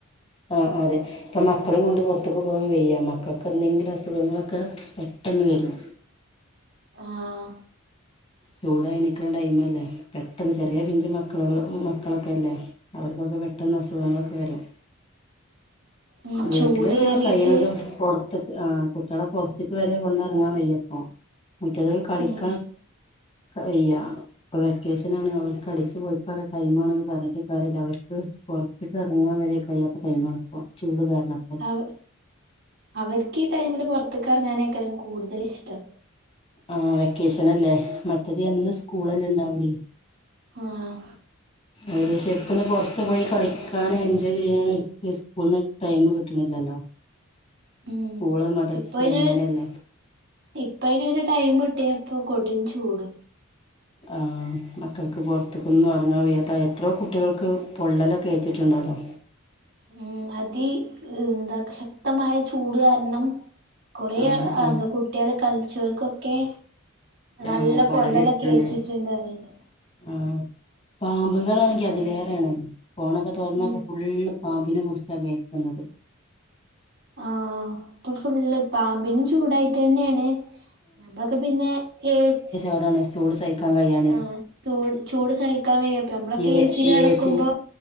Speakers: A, on the left (about 25°); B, on the right (about 55°).
A: ആഹ് ആഹ് അതെ ഇപ്പൊ മക്കളും കൊണ്ട് പുറത്തേക്ക് പോകൻ വെയ്യ മക്കൾക്ക് എന്തെങ്കിലും അസുഖങ്ങളൊക്കെ പെട്ടെന്ന് വരും
B: ആഹ്
A: ചൂടായി നൽക്കുന്ന ടൈം അല്ലേ പെട്ടെന്ന് ചെറിയ പിഞ്ച മക്കള മക്കളൊക്കെ അല്ലേ അവർക്കൊക്കെ പെട്ടെന്ന് അസുഖങ്ങളൊക്കെ വരും
B: ഉം
A: വീട്ടിലന്നെ
B: ചൂടേറിയിട്ട്
A: കയ്യ്ണതും പുറത്ത് ആഹ് കുട്ട്യേളെ പുറത്ക്ക് വരെ കൊണ്ടർങ്ങാൻ വയ്യപ്പൊ മുറ്റത്ക്ക് കളിക്
B: ഉം
A: <unintelligible> ഇപ്പൊ വെക്കേഷനാണ് അവർക്ക് അടിച്ചു പോളിക്കള്ള ടൈം ആണെന്ന് പറഞ്ഞിട്ട് കാര്യല്ല അവർക്ക് പൊർത്ക് ഇറങ്ങാൻ വരെ കഴിയാത്തടൈമാണ് ഇപ്പ ചൂട് കാരണം
B: അവ അവർക്ക് ഈ ടൈമില് പൊർത്ത്ക്ക് എറങ്ങാനേക്കാലും കൂടുതലിഷ്ടം
A: ആഹ് വെക്കേഷനല്ലേ മറ്റത് എന്ന് സ്കൂളല്ലേ ണ്ടാവല്
B: ആഹ്
A: ഓര് ശരിക്കൊന്ന് പുറത്തു പോയി കളിക്കാനും എൻജോയ് ചെയ്യാനും സ്കൂളിന് ടൈം കിട്ടണില്ലല്ലോ
B: ഉം
A: സ്കൂള് മദർസ്‌
B: ഇപ്പ അയിന്
A: ഇങ്ങനെയല്ലേ
B: ഇപ്പ അയ്നൊരു ടൈം ഇട്ടിയപ്പൊ കൊടും ചൂട്
A: ആഹ് മക്കൾക്ക് പൊർത്ത്ക്കൊന്നും ഇറങ്ങാൻ വയ്യാത്ത എത്രയോ കുട്ടികൾക്ക് പൊള്ളലൊക്കെ ഏറ്റിട്ടുണ്ടല്ലോ
B: ഉം അതി എന്താ ശക്തമായ ചൂട് കാരണം കൊറെേ
A: ആഹ് ആഹ്
B: എന്താ കുട്ടികള് കളിച്ചവർക്കൊക്കെ നല്ല
A: ആഹ് പൊള്ളലേറ്റിട്ടുണ്ട്
B: പൊള്ളലൊക്കെ ഏറ്റ്ട്ട്ണ്ട് പറിണ്ട്.
A: ആഹ് പാമ്പുകളാണെങ്കി അതിലേറെയാണ് ഫോണൊക്കെ തോറന്നപ്പ
B: ഉം
A: ഫുള്ള് പാമ്പിനെ കുറിച്ചാ കേൾക്കുന്നത്.
B: ആഹ് ഇപ്പൊ ഫുള്ള് പാമ്പിനും ചൂടായിട്ടന്നെയാണ് ഞമ്മളൊക്കെ പിന്നെ ഏ. സ്‌,
A: ആടാണ് ചൂട് സഹിക്കാൻ കിയാണ്
B: ആഹ് ചൂട് ചൂട് സഹിക്കാൻ വയ്യപ്പ നമ്മളകെ
A: എ
B: ഏ സി ൽ കേടക്കുമ്പോ.
A: ഏസി